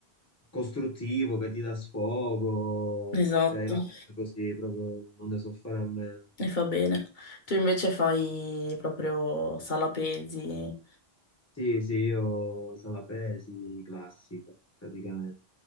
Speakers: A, on the left; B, on the left.
A: costruttivo che ti dà sfogo.
B: esatto,
A: Cioè, io la penso così, proprio non ne so fare a meno.
B: mi fa bene. Tu invece fai proprio sala pesi.
A: Sì, sì, io sala pesi, classica, praticamente.